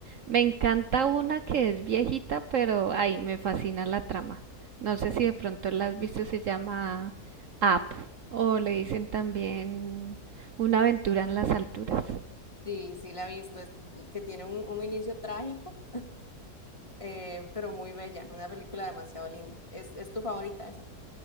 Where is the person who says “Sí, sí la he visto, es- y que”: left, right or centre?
Left